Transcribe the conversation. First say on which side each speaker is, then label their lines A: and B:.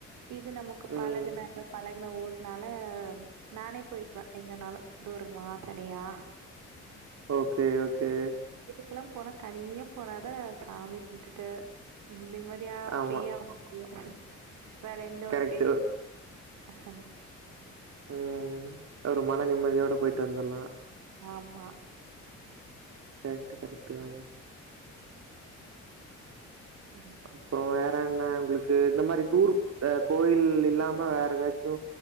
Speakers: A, on the right (about 85°); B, on the right (about 55°).
A: இது நமக்கு
B: ம்.
A: பழகின எடோ பழ ஒர் நாள நானே போயிக்குவ எங்கனாலு தூரமா தனியா
B: ஓகே ஓகே
A: ல்லாம் போனா தனியா போனாதா சாமி விட்டுட்டு ம் நிம்மதியா ஃப்ரீயா
B: ஆமா.
A: <unintelligible> <unintelligible> வேற எந்த ஒரு
B: கரெக்ட்டு.
A: பேச்சு அஹ்
B: ம் ஒரு மன நிம்மதியோட போய்ட்டு வந்தர்லா
A: ஆம்மா
B: கரெக்ட்டு, கரெக்ட்டு தாங்க.
A: ம்
B: அப்றோ வே றேன்ன உங்களுக்கு இந்த மாரி டூர் கோயில் இல்லாம வேற எதாச்சு